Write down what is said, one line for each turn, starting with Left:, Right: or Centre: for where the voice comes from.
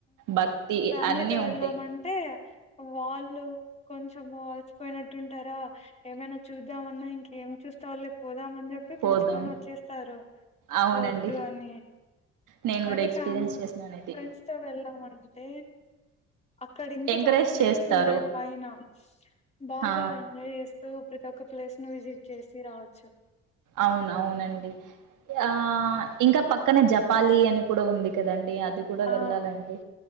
Right: భక్తి
Left: ఫ్యామిలీతో
Right: అన్నీ
Left: వెళ్ళామంటే
Right: ఉంటాయి
Left: వాళ్ళు కొంచెం అలసిపోయినట్టుంటారా ఏమైనా చూద్దామన్నా ఇంకేం చూస్తావులే పో చూద్దామని చెప్పి
Right: పోదాం
Left: పిలుచుకొని వోచ్చేస్తారు.
Right: అవునండి
Left: వొద్దు అని
Right: నేను
Left: అదే
Right: కూడా ఎక్స్పీరియన్స్
Left: ఫ్యామీ
Right: చేసినాను ఇది
Left: ఫ్రెండ్స్ తో వెళ్ళా ళ్దాం అంటే అక్కడ ఇంకా
Right: ఎంకరేజ్
Left: చాలా ప్లేసెస్
Right: చేస్తారు
Left: ఉన్నాయి. పైన బాగా
Right: ఆ
Left: ఎంజాయ్ చేస్తూ ప్రతి ఒ క ప్లేస్ ను విజిట్ చేసి రావచ్చు.
Right: అవును అవునండి
Left: హ్మ్
Right: ఆ ఇంకా పక్కనే జపాలి అని కూడా ఉంది. కదండి అది కూడా
Left: ఆ
Right: వెళ్ళాలండి.